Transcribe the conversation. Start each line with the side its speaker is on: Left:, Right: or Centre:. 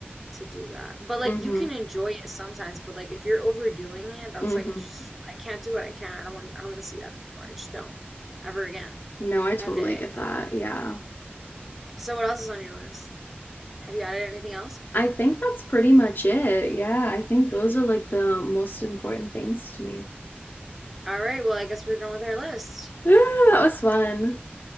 Centre: to do that. But like
Left: mhm.
Centre: you can enjoy it sometimes, but like if you're overdoing it, that's
Left: hmm
Centre: like just I can't do what I can't. I don't want I don't want to see that anymore. I just don't. Ever again.
Left: No, I totally
Centre: I have the
Left: get
Centre: ick.
Left: that. Yeah.
Centre: So what else is on your list? Have you added anything else?
Left: I think that's pretty much it. Yeah, I think those are like the most important things to me.
Centre: All right, well, I guess we're done with our list.
Left: <sighs> Ah, that was fun.